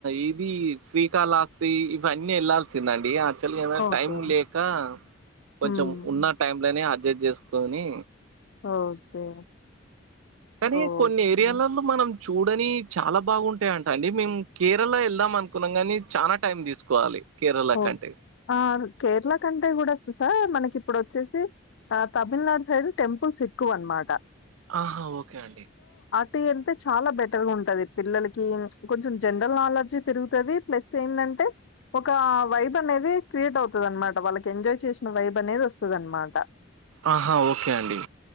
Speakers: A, on the right; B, on the left.
A: ఈది శ్రీకాళస్తి ఇవన్నీ వెళ్ళాల్సి దండి యాక్చువల్ ఏద
B: ఓకే.
A: టైం లేక కొంచెం
B: హ్మ్.
A: ఉన్న టైం లే అడ్జస్ట్ చేసుకొని
B: ఓకే.
A: కానీ
B: ఓకే.
A: కొన్ని ఏరియాలలో మనం చూడని చాలా బాగుంటాయంట అండి మేము కేరళ వెళ్దాం అనుకున్నాం కానీ చానా టైం తీసుకోవాలి కేరళ
B: ఓ
A: కంటే
B: ఆ కేరళ కంటే కూడా స మనకి ఇప్పుడు వచ్చేసి ఆ తమిళనాడు సైడ్ టెంపుల్స్ ఎక్కువ అనమాట
A: ఆహా ఓకే అండి
B: టీ అంటే చాలా బెటర్ గా ఉంటది పిల్లలకి కొంచెం జనరల్ నాలెడ్జ పెరుగుతుంది ప్లస్ ఏందంటే ఒక వైబ్ అనేది క్రియేట్ అవుతది అనమాట వాళ్ళకి ఎంజాయ్ చేసిన వైబ్ అనేది వస్తది అనమాట
A: ఆహా ఓకే అండి